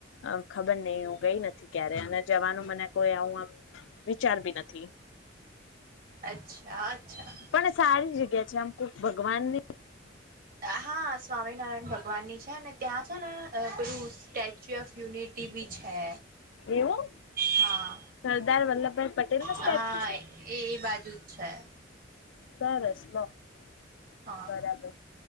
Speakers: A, on the left; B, on the right.
A: અમ ખબર નહ હું ગઈ નથી ક્યારે અને જવાનું મને કોઈ આવું વિચાર બી નથી.
B: અચ્છા અચ્છા
A: પણ <unintelligible> છે, આમુક ભગવાન ની
B: હા સ્વામિનારાયણ ભગવાન ની છે, ને ત્યાં <inaudible> <unintelligible> સ્ટેચ્યુ ઓફ યુનિટી ટીવી છે.
A: એવું
B: હા
A: સરદાર વલ્લભભાઈ પટેલ નું
B: હા
A: સ્ટેચ્યુ છે
B: એ <unintelligible> બાજુ જ છે.
A: <inaudible> બરાબર
B: હા